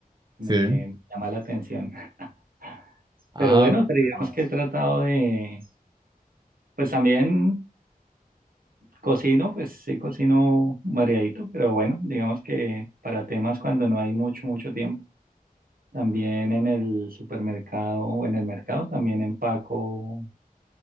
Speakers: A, on the right (about 70°); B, on the right (about 30°).
A: me
B: sí.
A: llama la atención. <laughs>
B: Ah,
A: Pero bueno, pero
B: pero
A: digamos que he tratado de, pues también cocino, pues sí cocino variadito, pero bueno, digamos que para temas cuando no hay mucho, mucho tiempo. También en el supermercado o en el mercado, también empaco